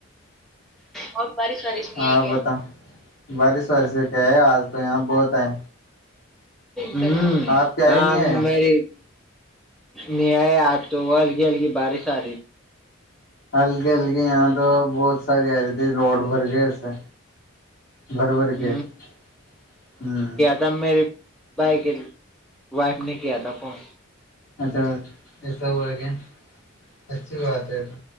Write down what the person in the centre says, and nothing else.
اور بارش وارش نہیں
کیا
ہوں
آ
مری ن آ تو ہلگ اللگ بارس آاری
تھی
تب میرے بھائی کے وائف نے کیا تھا فون